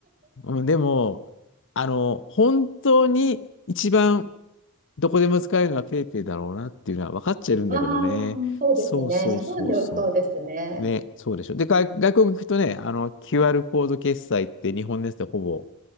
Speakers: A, on the left; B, on the right.
A: うん、でも、あの、本当に一番どこでも使えるのはペイペイだろうなっていうのは分かっちゃいるんだけどね。
B: ああ、そうですね。
A: そうそうそうそ
B: 日本ではそうですね。
A: う。ね、そうでしょ。で、外、外国行くとね、あの、QR コード決済って日本のやつでほぼ、